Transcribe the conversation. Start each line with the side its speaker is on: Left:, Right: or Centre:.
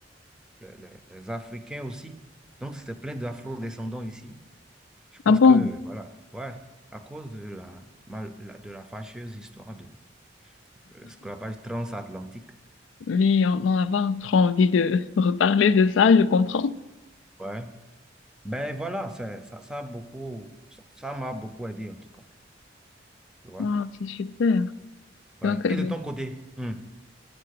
Centre: les- les- les Africains aussi. Donc, c'est plein d'afro-descendants ici. Je pense
Left: Ah bon?
Centre: que, voilà, ouais, à cause de la, mal- la- de la fâcheuse histoire de l'esclavage transatlantique,
Left: Oui, on, on avait encore envie de <laughs> reparler de ça, je comprends.
Centre: ouais. Ben voilà, ça, ça, ça a beaucoup, ça, ça m'a beaucoup aidé en tout cas, tu vois.
Left: Ah, c'est super.
Centre: Ouais.
Left: Donc, euh,
Centre: Et de ton côté, hum,